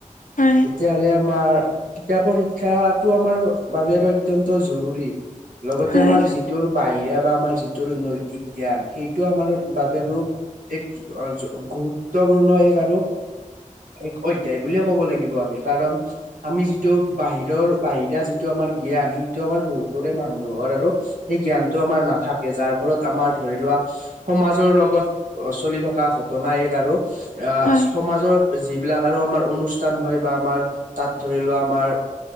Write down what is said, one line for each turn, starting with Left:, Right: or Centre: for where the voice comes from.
Left: হয়
Right: তেতিয়াহ'লে আমাৰ কিতাপৰ শিক্ষাটো আমাৰ বাবে আৰু অত্যন্ত জৰুৰী। লগতে
Left: হয়
Right: আমাৰ যিটো আৰু বাহিৰ কেতিয়াবা আমাৰ যিটো নৈতিক জ্ঞান সেইটো আমাৰ বাবে ৰপ এক গুৰুত্বপূৰ্ণ এক আৰু, এক অধ্যায় বুলিয়ে ক'ব লাগিব আমি, কাৰণ আমি যিটো বাহিৰৰ বাহিৰা যি টো আমাৰ জ্ঞান সেইটো আমাৰ বহুতৰে মানুহৰ আৰু সেই জ্ঞান তোমাৰ নাথাকে, যাৰ ফলত আমাৰ ধৰি লোৱা সমাজৰ লগত চলি থকা ঘটনা এক আৰু আঁহ
Left: হয়
Right: সমাজৰ যিবিলাক আৰু আমাৰ অনুষ্ঠান হয় বা আমাৰ তাত ধৰি লোৱা আমাৰ